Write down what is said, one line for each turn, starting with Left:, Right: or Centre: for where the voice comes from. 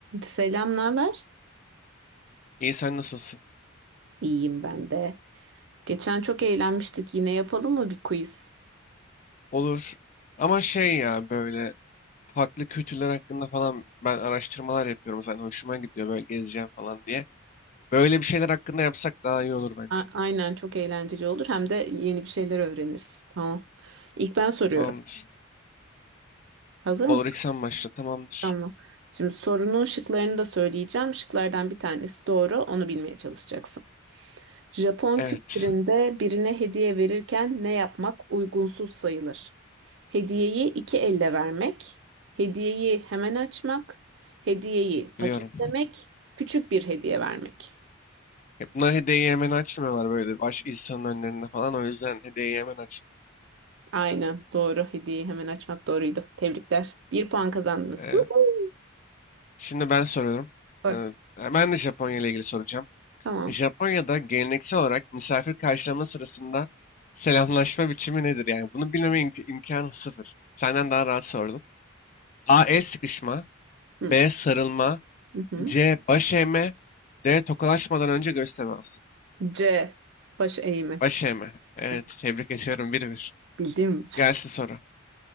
Right: Selam, ne haber?
Left: İyi sen nasılsın?
Right: İyiyim ben de. Geçen çok eğlenmiştik. Yine yapalım mı bir quiz?
Left: Olur. Ama şey ya böyle farklı kültürler hakkında falan ben araştırmalar yapıyorum zaten hoşuma gidiyor böyle gezeceğim falan diye. Böyle bir şeyler hakkında yapsak daha iyi olur bence.
Right: A- aynen çok eğlenceli olur. Hem de yeni bir şeyler öğreniriz. Tamam. İlk ben soruyorum.
Left: Tamamdır.
Right: Hazır mısın?
Left: Olur ilk sen başla tamamdır.
Right: Tamam. Şimdi sorunun şıklarını da söyleyeceğim. Şıklardan bir tanesi doğru. Onu bilmeye çalışacaksın. Japon
Left: Evet
Right: kültüründe birine hediye verirken ne yapmak uygunsuz sayılır? Hediyeyi iki elle vermek, hediyeyi hemen açmak, hediyeyi paketlemek,
Left: <laughs> biliyorum.
Right: küçük bir hediye vermek.
Left: Ya Bunlar hediyeyi hemen açmıyorlar böyle baş insanın önlerinde falan o yüzden hediyeyi hemen açma.
Right: Aynen doğru. Hediyeyi hemen açmak doğruydu. Tebrikler. Bir puan kazandınız.
Left: Ee,
Right: Woohoo!
Left: şimdi ben soruyorum.
Right: Sor.
Left: Ee, ben de Japonya ile ilgili soracağım.
Right: Tamam.
Left: Japonya'da geleneksel olarak misafir karşılama sırasında selamlaşma biçimi nedir? Yani bunu bilmeme imk- imkanı sıfır. Senden daha rahat sordum. A. El sıkışma.
Right: Hı.
Left: B. Sarılma.
Right: Hı hı.
Left: C. Baş eğme. D. Tokalaşmadan önce göz teması.
Right: C. Baş eğimi.
Left: Baş eğme. Evet,
Right: Evet,
Left: tebrik ediyorum. 1-1.
Right: bildim.
Left: Gelsin soru.